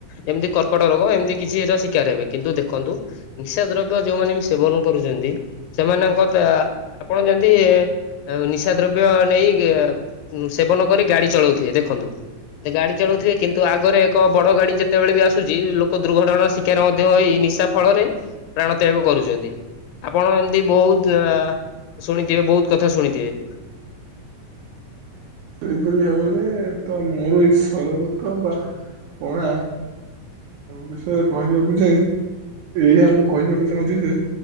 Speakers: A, on the left; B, on the right.
A: ଏମିତି କର୍କଟ ରୋଗ ଏମିତି କିଛି ଶିକାର ହେବେ କିନ୍ତୁ ଦେଖନ୍ତୁ। ନିଶା ଦ୍ରବ୍ୟ ଯୋଉମାନେ ବି ସେବନ କରୁଛନ୍ତି ସେମାନଙ୍କ ତ ଆପଣ ଯେମିତି ଆ ନିଶା ଦ୍ରବ୍ୟ ନେଇ ସେବନ କରି ଗାଡି ଚଳାଉଥିବେ ଦେଖନ୍ତୁ। ଗାଡି ଚଳଉଥିବେ କିନ୍ତୁ ଆଗରେ ଏକ ବଡ ଗାଡି ଯେତେବେଳେ ବି ଆସୁଛି ଲୋକ ଦୁର୍ଘଟଣାର ଶି ଶିକାର ମଧ୍ୟ ହୋଇ ନିଶା ଫଳରେ ପ୍ରାଣ ତ୍ୟାଗ କରୁଛନ୍ତି। ଆପଣ ଏମତି ବହୁତ ଅ ଶୁଣିଥିବେ ବହୁତ କଥା ଶୁଣିଥିବେ।
B: ସେଇପରି ଭାବରେ ତ ମୋର ଏଇ ସରବତ ବା ପଣା ବିଷୟରେ କହିବାକୁ ଯାଇଁ ଏଇଆ ମୁଁ କହିବାକୁ ଚାହୁଁଛି ଯେ